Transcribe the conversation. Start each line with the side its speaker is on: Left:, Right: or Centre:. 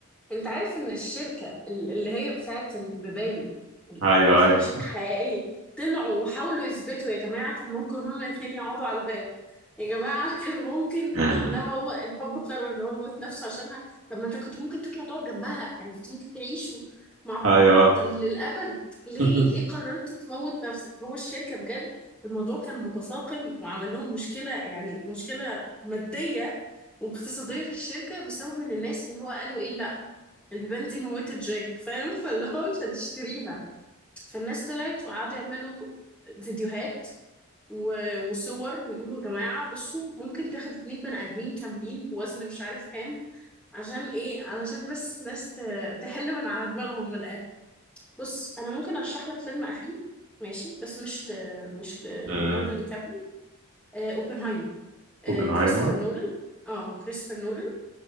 Centre: انت عارف ان الشركة اللي هي بتاعت البيبان
Right: أيوه
Centre: على فكرة
Right: أيوه
Centre: شركة حقيقية طلعوا وحاولوا يثبتوا يا جماعة كان ممكن هما الاتنين يقعدوا على الباب يا جماعة <laughs> كان ممكن
Right: <laughs>
Centre: انما هو الحب قرر ان هو يموت نفسه عشانها طب ما انت كنت ممكن تطلع تقعد جنبها يعني كنت ممكن تعيشوا مع
Right: أيوه
Centre: بعض للأبد ليه
Right: <laughs>
Centre: ليه قررت تموت نفسك هو الشركة بجد الموضوع كان متفاقم وعمل لهم مشكلة يعني مشكلة مادية واقتصادية في الشركة بسبب ان الناس اللي هو قالوا ايه لا البيبان دي موتت جاك فاهم <laughs> فاللي هو مش هنشتريها فالناس طلعت وقعدوا يعملوا فيديوهات و- وصور ويقولوا يا جماعة بصوا ممكن تاخد اتنين بني آدمين كاملين بوزن مش عارف كام عشان ايه علشان بس ناس ت- تحل من على دماغهم من الآخر بص أنا ممكن أرشح لك فيلم أخير ماشي بس مش ل... مش ل...
Right: امم
Centre: ليوناردو دي كابريو آه، اوبنهايمر آه،
Right: اوبنهايمر
Centre: كريستوفر نولان اه كريستوفر نولان